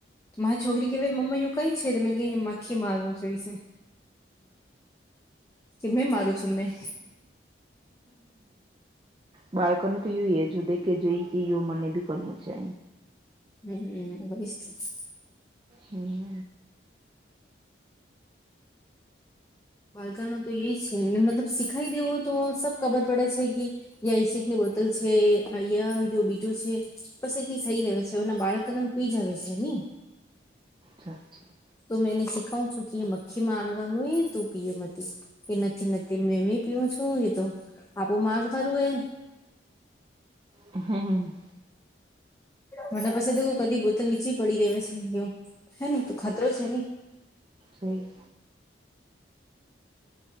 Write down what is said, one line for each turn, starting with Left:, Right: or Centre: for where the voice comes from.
Left: મારી છોકરી કેવી મમ્મું કઈ છે મે ગ માખી મારવું જોઈ છે, કે મેં મારું છું મેં
Right: બાળકનું તો એયું એજ દે કે જોઈ કે મને બી કરવું છે,
Left: <unintelligible>
Right: હમ
Left: વાળકણો તો એજ છે ને મતલબ શીખાઈ દેવો તો સબ ખબર પડે છે કે યાં એસડ ની બોટલ છે અયા બીજો છે બસ એટલી સઈ રહે છે બાળકને પીજાવે છેની
Right: સાચી
Left: તો મેંને શીખાવું છું કે મખ્ખી માં આડવાનું એ હતું પીઓમાં કે નથી નથી એમની પીવ છુંય તો આપું માર ફરું એ
Right: હમ.
Left: મને પછી કદી બોતલ નીચી પડી દેવે છે એવું હે ને તો ખતરો છે ને.
Right: સહી